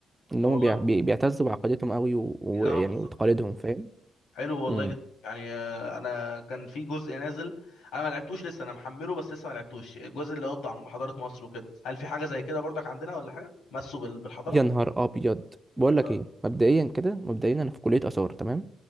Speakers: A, on the right (about 15°); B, on the left (about 80°).
A: ان
B: طب
A: هم
B: والله
A: بيع- بي-
B: م... م-
A: بيعتزوا بعقيدتهم قوي و- ويعني
B: اه بالظبط
A: وتقاليدهم فاهم
B: حلو والله
A: امم
B: جدا يعني آه، انا كان في جزء نازل انا ما لعبتوش لسه انا محمله بس لسه ما لعبتوش الجزء اللي هو بتاع حضارة مصر وكده هل في حاجة زي كده برضك عندنا ولا حاجة مسوا بال- بالحضارة
A: يا نهار ابيض بقول لك
B: راجل
A: ايه مبدئيا كده مبدئيا انا في كليه اثار تمام